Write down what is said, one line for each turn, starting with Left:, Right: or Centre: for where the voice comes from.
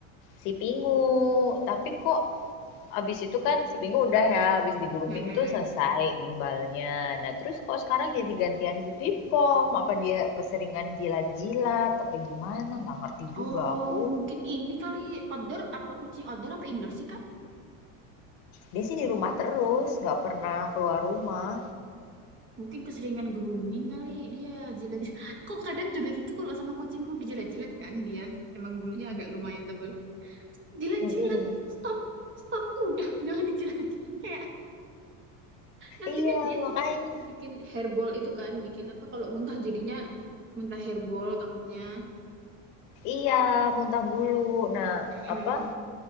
Left: si Pingu. Tapi kok Abis itu kan seminggu udah ya, abis di grooming
Right: Mm-mm.
Left: tuh selesai gimbalnya. Nah, terus kok sekarang jadi gantian si Pipom? Apa dia keseringan jilat-jilat? Apa gimana? Nggak ngerti juga
Right: Oh,
Left: aku.
Right: mungkin ini kali outdoor apa kucing outdoor apa indoor sih Kak?
Left: Dia sih di rumah terus, nggak pernah keluar rumah.
Right: Mungkin keseringan grooming kali dia jilat-jilat. <laughs> Aku kadang juga gitu kalau sama kucingku dijilat-jilat kan dia. Emang bulunya agak lumayan tebel. Jilat-jilat,
Left: Mm-mm.
Right: stop, stop, udah jangan dijilat. <laughs> Kayak Nanti
Left: Iya,
Right: kan dia
Left: makanya.
Right: juga bikin hairball itu kan, bikin apa kalau muntah jadinya muntah hairball takutnya.
Left: Iya, muntah bulu. Nah,
Right: Mm-mm.
Left: apa?